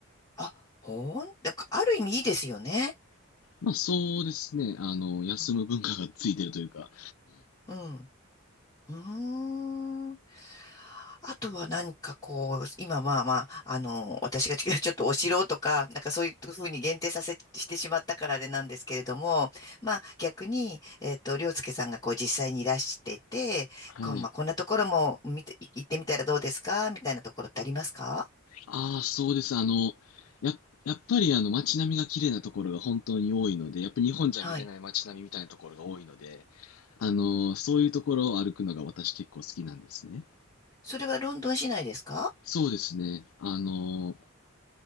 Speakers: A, on the left (about 20°); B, on the left (about 75°).
A: あ、ほん、でも、ある意味いいですよね。
B: まあそうですね。あの、休む文化がついてるというか。
A: うん。うん。うーん。あとは何かこう、今まあまあ、あの、私が <laughs> ちょっとお城とか、なんかそういうふうに限定させしてしまったからあれなんですけれども、まあ逆に、えっと、りょうすけさんがこう実際にいらしてて、
B: はい。
A: こう、まあこんなところも見て、行ってみたらどうですかみたいなところってありますか
B: ああ、そうです。あの、や、やっぱりあの街並みが綺麗なところが本当に多いので、やっぱ日本じゃ見れない街並みみたいなところが多いので、
A: はい。
B: あの、そういうところを歩くのが私結構好きなんですね。
A: それはロンドン市内ですか
B: そうですね。あの、